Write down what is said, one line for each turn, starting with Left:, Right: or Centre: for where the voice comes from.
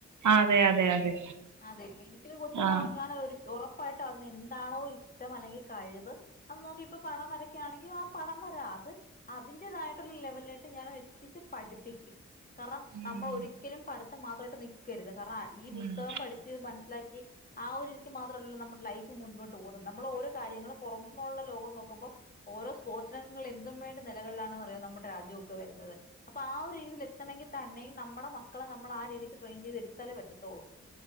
Right: അതെ അതെ അതെ
Left: അതെ എനിക്കൊരു കൊച്ചുണ്ടാവു
Right: ആ
Left: ഞാൻ ഒരു ഉറപ്പായിട്ട് അതിനെന്താണോ ഇഷ്ടം അല്ലെങ്കി കഴിവ് അത് നോക്കി ഇപ്പോ പടം വരക്കയാണെങ്കി ആഹ് പടം വരാ അത്. അതിന്റേതായിട്ടുള്ള ലെവലിലായിട്ട് ഞാൻ എഴത്തിച് പഠിപ്പി കും. കാരണം
Right: ഉം
Left: നമ്മൾ ഒരിക്കലും പഠിത്തം മാത്രമായിട്ട് നിക്കരുത്. കാരണം ഈ പുസ്തകം
Right: ഉം
Left: പഠിച്ച്മൻ സിലാക്കി. ആഹ് ഒരുരിക്ക് മാത്രമല്ല ല്ലോ നമ്മുടെ ലൈഫ് മൻപോട്ട് പോകുന്നത്. നമ്മളെ ഓരോ കാര്യങ്ങളും പുറുന്നുള്ള ലോകം നോക്കുമ്പോ ഓരോ സ്പോഡ്സ് രാഗങ്ങളില് എത്തും വേ നിലകളിലാണെന്ന്റിയോ നമ്മുടെ രാജ്യ ക്കെ വരുന്നത്. അപ്പൊ ആഹ് ഒരു രീതി. എത്തണങ്കി തന്നെയും നമ്മുടെ മക്കളെ നമ്മൾ ആഹ് രീതിക്ക് ട്രെയിൻ ചെയ്ത് എടുത്താലേ പറ്റതൊള്ളൂ.